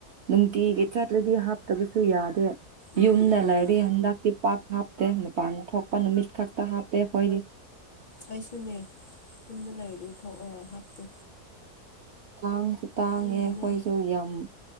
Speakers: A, on the right; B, on the left.
A: ꯅꯨꯡꯇꯤꯒꯤ ꯆꯥꯠꯔꯗꯤ ꯍꯥꯞꯇꯕꯁꯨ ꯌꯥꯗꯦ
B: ꯎꯝ
A: ꯌꯨꯝꯗ
B: ꯎꯝ
A: ꯂꯩꯔꯤ ꯍꯟꯗꯛꯇꯤ ꯄꯥꯛ ꯍꯥꯞꯇꯦ ꯅꯨꯄꯥꯟ ꯊꯣꯛꯄ ꯅꯨꯃꯤꯠ ꯈꯛꯇ ꯍꯥꯞꯄꯦ ꯑꯩꯈꯣꯢꯗꯤ
B: ꯑꯩꯁꯨꯅꯦ ꯌꯨꯝꯗ ꯂꯩꯔꯤꯗꯤ ꯍꯥꯞꯇꯦ
A: ꯇꯥꯡꯁꯨ ꯇꯥꯡꯉꯦ
B: ꯑꯗꯨꯅꯅꯦ
A: ꯑꯩꯈꯣꯏꯁꯨ ꯌꯥꯝ